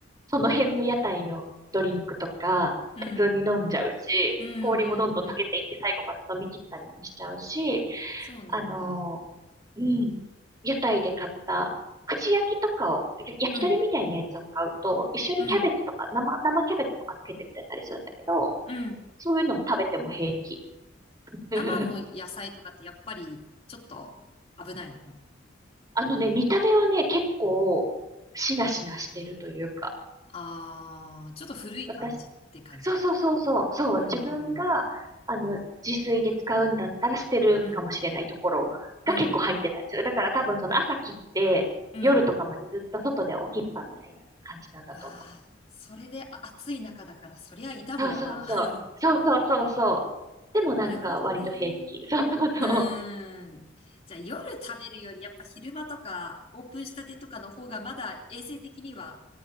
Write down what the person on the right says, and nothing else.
その辺の屋台のドリンクとか、
普通に飲んじゃうし、
氷もどんどん溶けていって最後まで飲み切ったりもしちゃうし、
あの、うん。屋台で買った、串焼きとかを、や焼き鳥みたいなやつを買うと、
一緒にキャベツとか、
生、生キャベツとかつけてくれたりするんだけど、
そういうのも食べても平気。<laughs>
あのね、見た目はね、結構、しなしなしてるというか、
私、そうそうそうそう、そう、
自分が、あの、自炊で使うんだったら捨てるかもしれないところが結構入ってたりする。
だから多分その朝切って夜とかまでずっと外で置きっぱみたいな感じなんだと思う。
そうそうそう。
そうそうそうそう。でもなんか割と平気。
そうそうそ